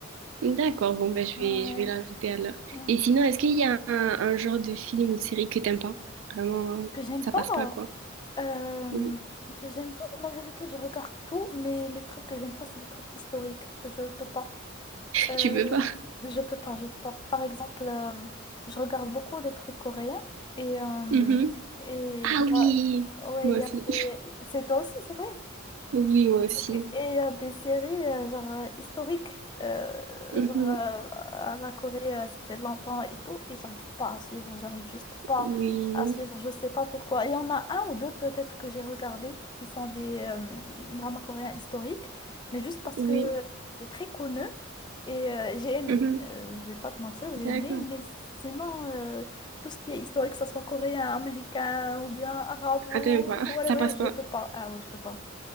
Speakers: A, on the right; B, on the left.
A: D'accord, bon, ben, je
B: Ouais.
A: vais, je vais l'ajouter alors.
B: ouais.
A: Et sinon, est-ce qu'il y a un, un genre de film ou de série que t'aimes pas? Vraiment,
B: que j'aime
A: ça
B: pas.
A: passe pas, quoi.
B: euh,
A: Oui.
B: que j'aime pas. La vérité, je regarde tout, mais les trucs que j'aime pas, c'est des trucs historiques. Je peux pas.
A: <laughs>
B: Euh,
A: Tu peux pas?
B: je peux pas, je peux pas. Par exemple, euh, je regarde beaucoup des trucs coréens et euh,
A: Mhm.
B: et
A: Ah
B: il y
A: oui!
B: a, ouais,
A: Moi
B: il
A: aussi.
B: y a des...
A: <laughs>
B: C'est toi aussi, c'est vrai.
A: Oui, moi aussi.
B: Ok. Et il des séries euh, genre euh, historiques, euh,
A: Mhm.
B: genre euh, à la Corée, euh, ça fait longtemps et tout, et j'arrive pas à suivre, j'arrive juste pas
A: Oui.
B: à suivre, je sais pas pourquoi. Il y en a un ou deux peut-être que j'ai regardé qui sont des euh, dramas coréens historiques, mais juste parce
A: Oui.
B: que c'était très connu et euh, j'ai aimé.
A: Mhm.
B: Euh, je vais pas te mentir, j'ai
A: D'accord.
B: aimé, mais sinon, euh, tout ce qui est historique, que ça soit coréen, américain ou bien arabe ou
A: Attends pas.
B: whatever,
A: Ça passe
B: je
A: pas.
B: peux pas. Ah ouais, je peux pas.